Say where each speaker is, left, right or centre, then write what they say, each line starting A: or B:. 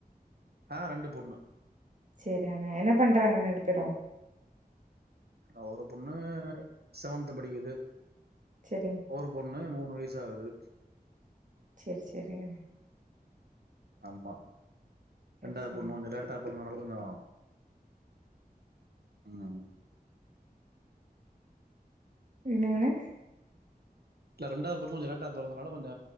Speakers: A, on the right; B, on the right.
A: ஆ ரெண்டு பொண்ணு
B: சேரி அண்ணே என்ன பண்றாங்க ரெண்டு பேரு
A: அ ஒரு பொண்ணு செவன்த்து படிக்குது
B: சேரிங்
A: ஒரு பொண்ணு மூணு வயுசு ஆவுது
B: சேரி சேரிங்க
A: ஆமா
B: சேரி
A: ரெண்டாவது
B: சேரிங்க
A: பொண்ணு கொஞ்ச லேட்டா பொறந்ததால கொஞ்சோ ம்
B: என்னங்கண்ணே
A: இல்ல ரெண்டாது பொண்ணு கொஞ்ச லேட்டா பிறந்தனால கொஞ்ச